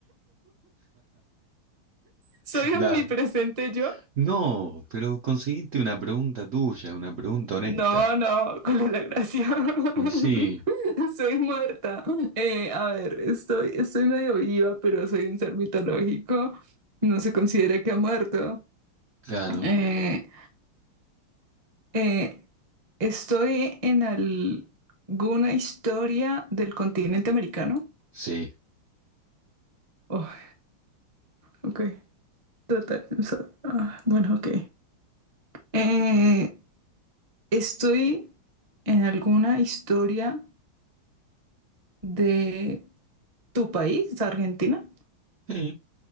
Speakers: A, on the right; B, on the right.
A: ¿Soy
B: Da.
A: omnipresente yo?
B: No, pero conseguiste una pregunta tuya, una pregunta honesta.
A: No, no, <laughs> ¿cuál es la gracia? <laughs>
B: Y sí,
A: Soy muerta. Eh, a ver, estoy, estoy medio viva, pero soy un ser mitológico. No se considera que ha muerto.
B: claro,
A: Eh, eh, estoy en al- alguna historia del continente americano.
B: sí.
A: Oh, ok. Tratar de pensar. Ah, bueno, ok. Eh, estoy en alguna historia de tu país, Argentina.
B: Sí,